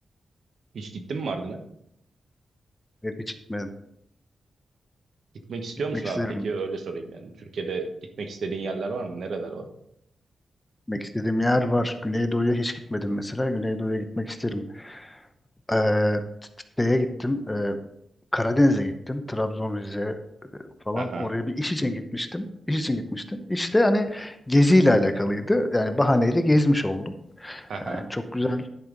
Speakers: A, on the right; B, on the left.
A: Hiç gittin mi Mardin'e?
B: Evet, hiç gitmedim.
A: Gitmek istiyor
B: Gitmek
A: musun
B: isterim.
A: abi peki? Öyle sorayım yani. Türkiye'de gitmek istediğin yerler var mı? Nereler var?
B: Gitmek istediğim yer var. Güneydoğu'ya hiç gitmedim mesela. Güneydoğu'ya gitmek isterim. Ee, t- t- şeye gittim. Ee, Karadeniz'e gittim. Trabzon, Rize, falan
A: Aha,
B: oraya bir iş için gitmiştim. İş için gitmiştim. İşte hani geziyle alakalıydı. Yani bahaneyle gezmiş oldum.
A: aha.
B: Yani çok güzel,